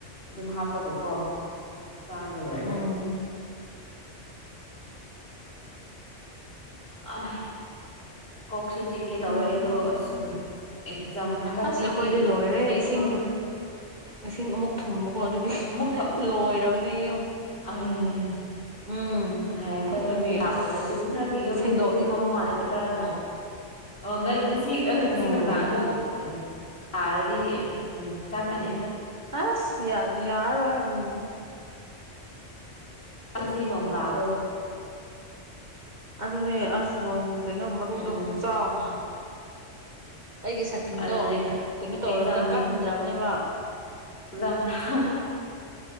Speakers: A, on the left; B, on the right.
A: ꯗꯨꯝ ꯍꯥꯞꯄꯒꯀꯣ ꯆꯥꯔꯒ ꯂꯣꯏꯔꯦ
B: ꯎꯝ
A: ꯑꯥꯏ ꯀꯣꯛꯁꯤ ꯆꯤꯛꯀꯦ ꯇꯧꯋꯦ
B: ꯎꯝ
A: ꯑꯩꯗꯣ ꯑꯁ ꯁꯨꯝ ꯑꯦꯛꯖꯥꯝ ꯍꯟꯗꯛꯀꯤ
B: ꯑꯁ ꯑꯩꯈꯣꯏꯗꯤ ꯂꯣꯏꯔꯦ ꯏꯁꯤꯡ
A: ꯑꯗꯨꯝ
B: ꯏꯁꯤꯡ ꯑꯃꯨꯛ ꯊꯨꯝꯕꯀꯣ ꯑꯗꯨꯒꯤ
A: ꯑꯃꯨꯛ
B: ꯂꯣꯏꯔꯕꯅꯦ ꯌꯨꯝ
A: ꯑꯩ
B: ꯎꯝ
A: ꯍꯥꯏ ꯈꯣꯏ
B: ꯑꯗꯨꯒꯤ
A: ꯂꯝꯕꯤ ꯂꯥꯛꯄꯗꯁꯨ
B: ꯑꯁ
A: ꯃꯤ ꯈꯔꯒꯤ ꯌꯨꯝꯗꯤ
B: ꯁꯦꯡꯗꯣꯛꯅꯤ
A: ꯊꯨꯝꯃꯕ ꯃꯥꯜꯂꯦ ꯑꯩ ꯈꯔ ꯅꯣꯡ ꯑꯣ ꯉ ꯉꯁꯤ ꯑꯥ ꯉꯁꯤ
B: ꯎꯝ
A: ꯅꯨꯡꯗꯥꯡ ꯑꯃꯨꯛ <unintelligible> ꯇꯥꯔꯗꯤ <unintelligible> ꯎꯝ ꯆꯪꯒꯅꯤ
B: ꯑꯁ ꯌꯥꯗꯤ ꯌꯥꯔꯣꯏ ꯎꯝ
A: ꯉꯁꯤ ꯅꯣꯡ ꯇꯥꯕꯗꯣ
B: ꯑꯗꯨꯅꯦ ꯑꯁ ꯅꯣꯡꯒꯤ ꯀꯩꯅꯣ ꯃꯔꯨꯗꯣ
A: ꯎꯝ
B: ꯈꯨꯠꯆꯥꯎ ꯑꯃꯥ ꯑꯩꯒꯤ ꯁꯥꯇꯤꯟꯗꯣ
A: ꯑꯗꯨꯅꯦ
B: ꯀꯩꯅꯣ ꯇꯧꯔꯝꯅ
A: ꯑꯦꯛꯖꯥꯝ
B: ꯀꯟꯗ꯭ꯔꯕꯅꯦꯕ
A: ꯖꯥꯡ ꯊꯥ